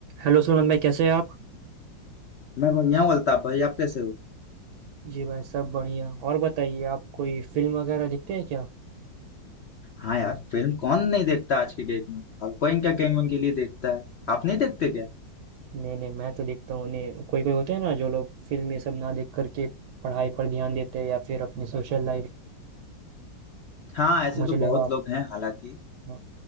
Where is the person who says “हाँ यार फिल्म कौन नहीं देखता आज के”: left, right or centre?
Left